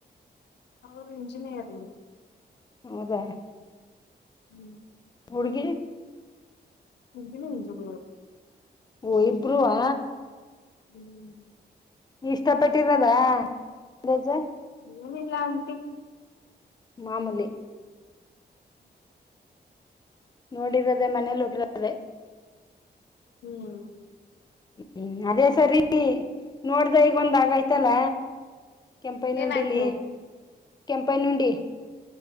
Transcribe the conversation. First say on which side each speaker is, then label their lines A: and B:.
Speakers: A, on the left; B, on the left.
A: ಅವರು ಎಂಜಿನೀಯರ್ <unintelligible>
B: ಹೌದಾ?
A: ಹ್ಮ್
B: ಹುಡುಗಿ?
A: ಹುಡ್ಗಿನು ಇಂಜಿನಿಯರ್.
B: ಹೊ ಇಬ್ರುವಾ
A: ಹ್ಮ್
B: ಇಷ್ಟ ಪಟ್ಟಿರದಾ ದೆಜ್ಜ?
A: ಏನಿಲ್ಲ ಆಂಟಿ.
B: ಮಾಮೂಲಿ.
A: <inaudible>
B: ನೋಡಿರದೆ ಮನೇಲ್ಲೋಗಿರದೆ.
A: ಹ್ಮ್
B: ಹ್ಮ್ ಅದೇ ಸರಿ ನೋಡ್ ದೇ ಈಗೊಂದ್ ಆಗಾಯ್ತಲ್ಲ.
A: ಹ್ಮ್
B: ಕೆಂಪೈನುಂಡಿಲ್ಲಿ
A: ಏನಾಯ್ತು
B: ಕೆಂಪೈನುಂಡಿ